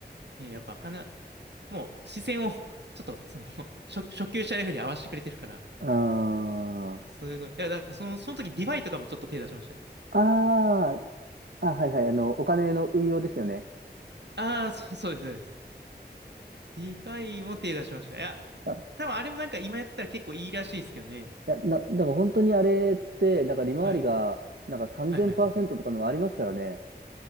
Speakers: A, on the right; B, on the right.
A: ね、やっぱ話、もう視線を <laughs> ちょっとその <laughs> 初、初級者レベルに合わせてくれてるから、
B: ーん。あ
A: すごい。いや、だからその、その時ディファイとかもちょっと手出しましたね。
B: あ、あ、はいはい。あの、お金の運用ですよね。
A: ああ、そう、そうです、そうです。ディファイも手出しました。いや、
B: あ、い
A: 多分あれもなんか今やったら結構いいらしいですけどね。
B: や、な、だから本当にあれって、なんか利回りが、
A: はい。
B: なんか3000%
A: はいはい。
B: とかのもありますからね。